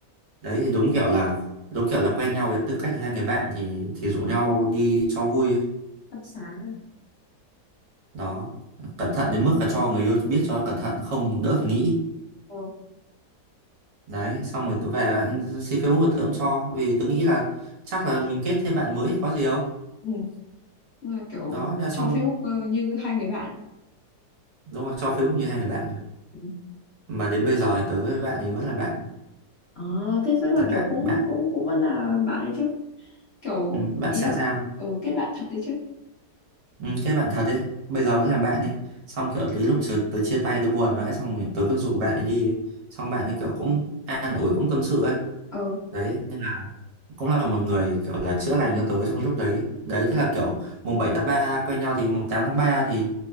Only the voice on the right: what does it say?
đấy thì đúng kiểu là đúng kiểu là quen nhau với tư cách là hai người bạn thì thì rủ nhau đi cho vui ấy.
đó cẩn thận đến mức là cho người yêu biết cho cẩn thận không đỡ phải nghĩ
đấy xong rồi tớ về bạn xin Facebook của tớ cũng cho vì tớ nghĩ là chắc là mình kết thêm bạn mới có gì đâu
đó ra xong
đúng rồi cho Facebook như hai người bạn
mà đến bây giờ thì tớ với bạn ấy vẫn là bạn
là
bạn
bạn
ừ, bạn
xã
giao
ừ, cái bạn thật ấy bây giờ vẫn là bạn ấy xong kiểu đến lúc tớ, tớ chia tay tớ buồn rồi ấy, xong rồi tớ cứ rủ bạn ấy đi ấy. xong bạn ấy kiểu cũng an ủi cũng tâm sự ấy
đấy nên là cũng là một người kiểu là chữa lành cho tớ trong cái lúc đấy đấy thế là kiểu mùng 7 tháng 3 quen nhau thì mùng 8 tháng 3 thì